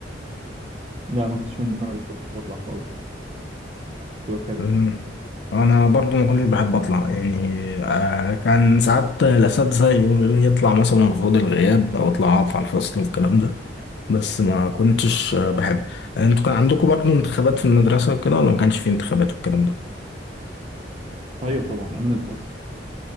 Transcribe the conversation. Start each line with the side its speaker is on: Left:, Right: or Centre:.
Right: لا ما كنتش من النوع اللي بطلع خالص كنت بتهرب
Left: أمم. انا برضو ما كنتش بحب اطلع يعني آه كان ساعات الاساتذه يقولوا لي يطلع مثلا خد الغياب او اطلع اقف على الفصل والكلام ده بس ما كنتش آه، بحب انتوا كان عندكم برضو انتخابات في المدرسه وكده ولا ما كانش في انتخابات والكلام ده
Right: ايوه طبعا امين الفصل